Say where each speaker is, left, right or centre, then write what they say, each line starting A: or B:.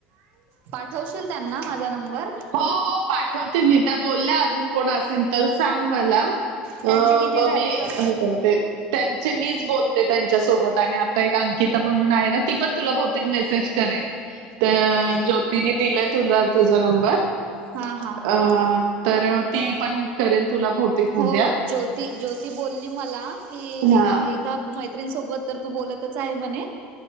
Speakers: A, on the right (about 60°); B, on the right (about 80°).
A: पाठवशील त्यांना माझा नंबर.
B: हो हो पाठवते मी त्या बोलल्या अजून कोण असेल तर सांग मला अ
A: त्यांचे किती
B: ममी
A: झाले तर
B: हे कोणते. त्यांचे मीच बोलते त्यांच्यासोबत आणि आता एक अंकिता म्हणून आहे ना ती पण तुला बहुतेक मेसेज करेल. ते ज्योतीनी दिले तुला तुझा नंबर
A: हा हा हा
B: अ तर ती पण करेल तुला बहुतेक
A: हो
B: उद्या.
A: ज्योती ज्योती बोलली मला की
B: हां,
A: एका एक का मैत्रीणीसोबत तर तू बोलतच आहे म्हणे